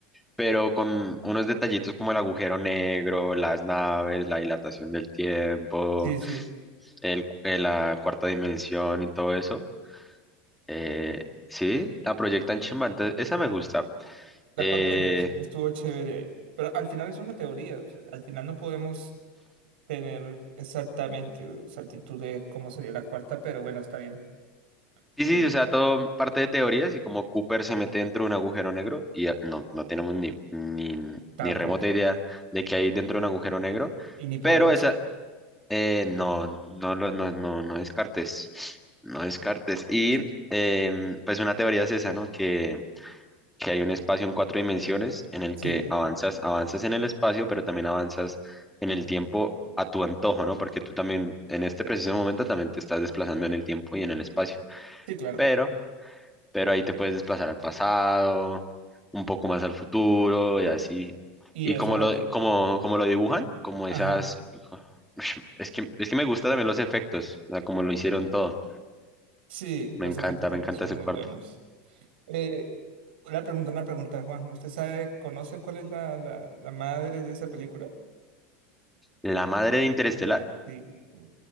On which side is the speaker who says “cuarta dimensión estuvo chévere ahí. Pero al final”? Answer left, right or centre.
Right